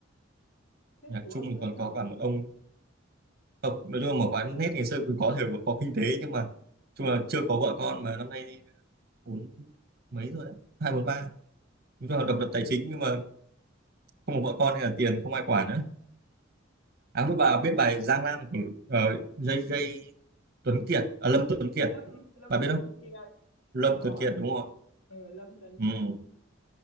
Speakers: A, on the left; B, on the right.
A: thế
B: nhạc
A: chú
B: Trung
A: ông
B: thì
A: rất
B: còn
A: giàu
B: có cả
A: đúng
B: một ông
A: không
B: không nói chung là một quán nét ngày xưa cũng có thể là có kinh tế nhưng mà chung là chưa có vợ con mà năm nay thì bốn mấy rồi đấy hai bốn ba nói chung là độc lập tài chính nhưng mà không có vợ con hay là tiền không ai quản nữa à mới bà biết bài Giang Nam của ờ, JJ Tuấn Kiệt à, Lâm Tuấn Kiệt
A: Lâm Lâm
B: bà biết
A: Tuấn
B: không
A: Kiệt
B: Lâm
A: có
B: Tuấn Kiệt đúng không
A: ừ, Lâm Tuấn
B: ừ.
A: Kiệt